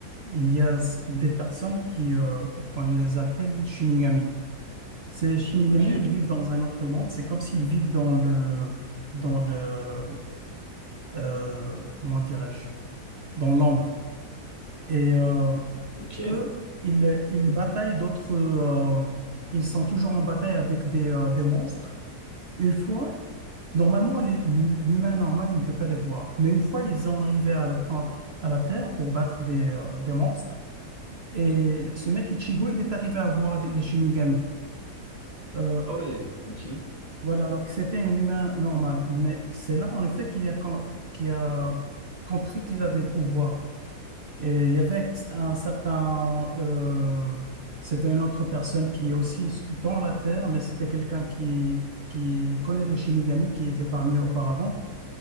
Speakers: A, on the right; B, on the left.
A: il y a s- des personnes qui, euh, qu'on les appelle Shinigami. Ces Shinigami,
B: Ok,
A: ils vivent dans un autre monde. C'est comme s'ils vivent dans le, dans le, euh, comment dirais-je, dans l'ombre. Et euh,
B: ok.
A: eux, ils, ils bataillent d'autres, euh, ils sont toujours en bataille avec des, euh, des monstres. Une fois, Normalement, les- l'humain normal il ne peut pas les voir. Mais une fois, ils ont arrivé à la, en- à la Terre pour battre des, euh, des monstres. Et ce mec Ichigo, il est arrivé à voir des, les Shinigami. Euh,
B: Ah ouais, ok.
A: voilà, alors que c'était un humain normal. Mais c'est là, en effet, qu'il a, com- qu'il a compris qu'il a des pouvoirs. Et il y avait un certain... euh, c'était une autre personne qui est aussi dans la Terre, mais c'était quelqu'un qui, qui connaît les Shinigami, qui était parmi eux auparavant.